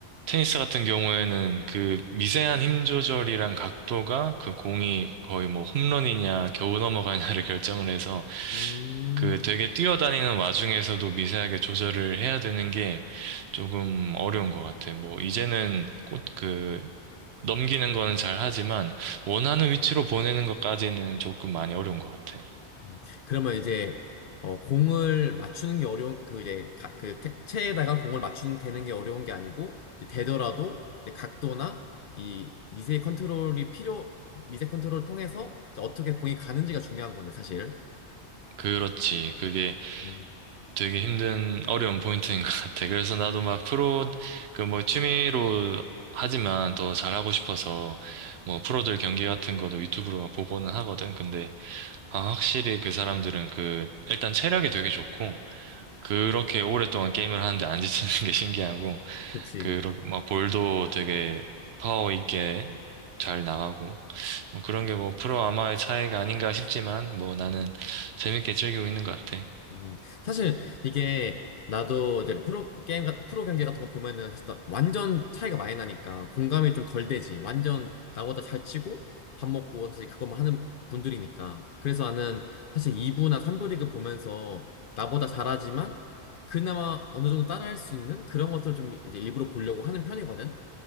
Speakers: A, on the right; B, on the left.
A: 테니스 같은 경우에는 그 미세한 힘 조절이랑 각도가 그 공이 거의 뭐 홈런이냐 겨우 넘어가냐를 <laughs> 결정을 해서
B: 음,
A: 그 되게 뛰어다니는 와중에서도 미세하게 조절을 해야 되는 게 조금 어려운 것 같아. 뭐 이제는 곧그 넘기는 거는 잘 하지만 원하는 위치로 보내는 것까지는 조금 많이 어려운 것 같아.
B: 음, 그러면 이제 어, 공을 맞추는 게 어려운 그 이제 가- 그 태- 체에다가 공을 맞추는 되는 게 어려운 게 아니고 이제 되더라도 이제 각도나 이 미세 컨트롤이 필요 미세 컨트롤을 통해서 이제 어떻게 공이 가는지가 중요한 거네 사실.
A: 그렇지. 그게
B: 음.
A: 되게 힘든 어려운 포인트인 <laughs> 것 같아. 그래서 나도 막 프로 그 뭐 취미로 하지만 더 잘하고 싶어서 뭐 프로들 경기 같은 것도 유튜브로 막 보고는 하거든. 근데 아, 확실히 그 사람들은 그 일단 체력이 되게 좋고 그렇게 오랫동안 게임을 하는데 안 지치는 게 <laughs> 신기하고
B: 그치.
A: 그막 볼도 되게 파워 있게 잘 나가고 뭐 그런 게 뭐 프로 아마의 차이가 아닌가 싶지만 뭐 나는 재밌게 즐기고 있는 것 같아.
B: 음, 사실 이게 나도 이제 프로 게임 같- 프로 경기 같은 거 보면은 사실 나- 완전 차이가 많이 나니까 공감이 좀 덜 되지. 완전 나보다 잘 치고 밥 먹고 사실 그것만 하는 분들이니까. 그래서 나는 사실 2부나 3부 리그 보면서 나보다 잘하지만 그나마 어느 정도 따라할 수 있는 그런 것들 좀 이제 일부러 보려고 하는 편이거든.